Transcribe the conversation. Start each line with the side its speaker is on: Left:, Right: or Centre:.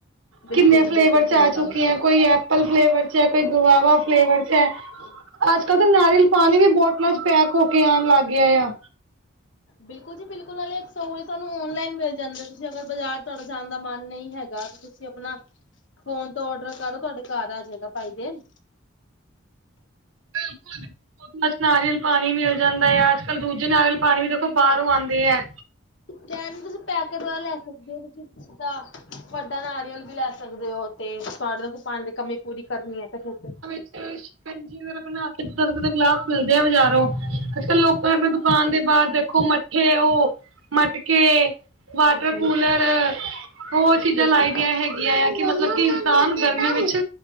Left: ਬਿਲਕੁਲ
Right: ਕਿੰਨੇ
Left: ਜੀ
Right: ਫਲੇਵਰ
Left: ਬਿਲਕੁਲ
Right: 'ਚ
Left: ਸਹੀ
Right: ਆ
Left: ਗੱਲ
Right: ਚੁੱਕੇ
Left: ਹੈ।
Right: ਆ ਕੋਈ ਐਪਲ ਫਲੇਵਰ 'ਚ ਹੈ ਕੋਈ ਗਵਾਵਾ ਫਲੇਵਰ 'ਚ ਹੈ। ਅੱਜ ਕੱਲ ਤਾਂ ਨਾਰੀਅਲ ਪਾਣੀ ਵੀ ਬੋਟਲਾਂ 'ਚ ਪੈਕ ਹੋ ਕੇ ਆਉਣ ਲੱਗ ਗਿਆ ਆ।
Left: ਬਿਲਕੁਲ ਜੀ ਬਿਲਕੁਲ ਨਾਲੇ ਸੋ ਤੁਹਾਨੂੰ ਔਨਲਾਈਨ ਮਿਲ ਜਾਂਦੇ ਤੁਸੀਂ ਅਗਰ ਬਾਜ਼ਾਰ ਤੁਹਾਡੇ ਜਾਣ ਦਾ ਮਨ ਨਹੀਂ ਹੈਗਾ। ਤੁਸੀਂ ਆਪਣਾ ਫੋਨ ਤੋਂ ਔਡਰ ਕਰੋ ਤੁਹਾਡੇ ਘਰ ਆ ਜਾਏਗਾ <unintelligible> ਦੇਣ।
Right: ਬਿਲਕੁਲ। ਬਸ ਨਾਰੀਅਲ ਪਾਣੀ ਮਿਲ ਜਾਂਦਾ ਹੈ। ਅੱਜ ਕੱਲ ਦੂਜੇ ਨਾਰੀਅਲ ਪਾਣੀ ਵੀ ਦੇਖੋ ਬਾਹਰੋਂ ਆਉਂਦੇ ਹੈ।
Left: ਕੈਣ ਤੁਸੀਂ ਪੈਕ ਲੈ ਸਕਦੇ ਹੋ ਤੁਸੀਂ। ਅੱਛਾ ਵੱਡਾ ਨਾਰੀਅਲ ਵੀ ਲੈ ਸਕਦੇ ਹੋ। ਤੇ ਤੁਹਾਡੇ <unintelligible> ਦੀ ਕਮੀ ਪੂਰੀ ਕਰਨੀ ਹੈ ਤੇ ਮੂੰਹ ਤੇ
Right: ਸ਼ਿਕੰਜਵੀ ਬਣਾ ਕੇ ਇਧਰ ਉਧਰ ਗਲਾਸ ਮਿਲਦੇ ਆ ਬਜ਼ਾਰੋਂ ਅੱਜ ਕੱਲ ਲੋਕਾਂ ਐਵੇਂ ਖਾਣ ਦੇ ਬਾਅਦ ਦੇਖੋ ਮੱਠੇ ਉਹ ਮਟਕੇ ਵਾਟਰ
Left: ਬਿਲਕੁਲ
Right: ਕੂਲਰ ਹੋਰ ਚੀਜ਼ਾਂ
Left: ਬਿਲਕੁਲ
Right: ਲਾਈ ਦੀਆਂ ਹੈਗੀਆਂ ਆ ਕਿ ਮਤਲਬ ਕਿ ਇਨਸਾਨ ਗਰਮੀਆਂ ਵਿੱਚ